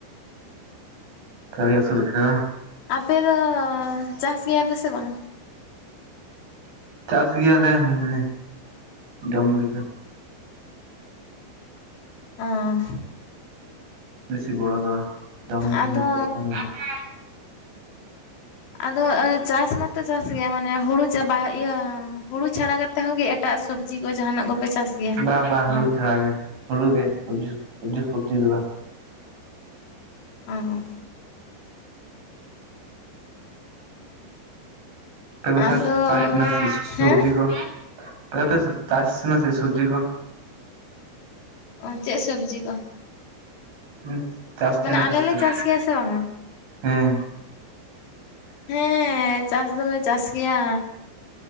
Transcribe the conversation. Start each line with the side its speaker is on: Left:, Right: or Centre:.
Right: ᱠᱷᱟᱹᱞᱤ ‌ᱟᱥᱩᱞᱮᱠᱟ
Left: ᱟᱯᱮ ᱫᱚ ᱪᱟᱥ ᱜᱮᱭᱟ ᱯᱮ ᱥᱮ ᱵᱟᱝ?
Right: ᱪᱟᱥ ᱜᱮᱭᱟ ᱞᱮ ᱦᱩᱸ ᱢᱟᱱᱮ ᱡᱚᱢ ᱞᱮᱠᱟ᱾
Left: ᱚᱸ᱾
Right: ᱵᱮᱥᱤ ᱵᱚᱲᱚ ᱫᱚᱣᱟ ᱡᱚᱢ ᱞᱮᱠᱟ
Left: ᱟᱫᱚ
Right: ᱱᱤᱡᱮᱨᱟᱜ ᱡᱚᱢ ᱞᱮᱠᱟ᱾
Left: ᱟᱫᱚ ᱚ ᱪᱟᱥ ᱢᱟᱛᱚ ᱪᱟᱥ ᱜᱮᱭᱟ ᱢᱟᱱᱮ ᱦᱩᱲᱩ ᱪᱟᱵᱟ ᱤᱭᱟᱹ ᱦᱩᱲᱩ ᱪᱷᱟᱲᱟ ᱠᱟᱛᱼᱼ ᱛᱮᱦᱚᱸ ᱜᱮ ᱮᱴᱟᱜ ᱥᱚᱵᱽᱡᱤ ᱠᱚ ᱡᱟᱸᱦᱟᱱᱟᱜ ᱠᱚᱯᱮ ᱪᱟᱥ ᱜᱮᱭᱟ?
Right: ᱵᱟᱼᱵᱟ ᱦᱩᱲᱩ ᱪᱷᱟᱲᱟ ᱜᱮ, ᱦᱩᱲᱩ ᱜᱮ ᱥᱩᱵᱽᱡᱤ ᱥᱩᱵᱽᱡᱤ ᱥᱩᱵᱽᱡᱤ ᱠᱩᱵᱽᱡᱤ‌ ᱫᱚ ᱵᱟ᱾
Left: ᱚᱻ᱾
Right: ᱛᱚᱵᱮ ᱥᱟᱡᱽ
Left: ᱟᱫᱚ
Right: ᱥᱟᱡᱽ ᱛᱟᱦᱮᱱᱟ ᱥᱮ ᱥᱩᱵᱽᱡᱤ
Left: ᱦᱮᱸ
Right: ᱠᱚ ᱛᱚ ᱟᱯᱮ ᱪᱟᱥ ᱛᱟᱦᱮᱱᱟ ᱥᱮ ᱥᱩᱵᱽᱡᱤ ᱠᱚ᱾
Left: ᱚ, ᱪᱮᱜ ᱥᱟᱹᱵᱽᱡᱤ ᱠᱚ?
Right: ᱦᱮᱸ ᱪᱟᱥ ᱛᱷᱮᱱᱟ
Left: ᱢᱟᱱᱮ
Right: ᱯᱮ
Left: ᱟᱞᱮ
Right: ᱥᱮ
Left: ᱞᱮ
Right: ᱪᱮᱜ,
Left: ᱪᱟᱥ ᱜᱮᱭᱟ ᱥᱮ ᱵᱟᱝᱟ?
Right: ᱦᱮᱸ᱾
Left: ᱦᱮᱸ ᱪᱟᱥ ᱫᱚᱞᱮ ᱪᱟᱥ ᱜᱮᱭᱟ᱾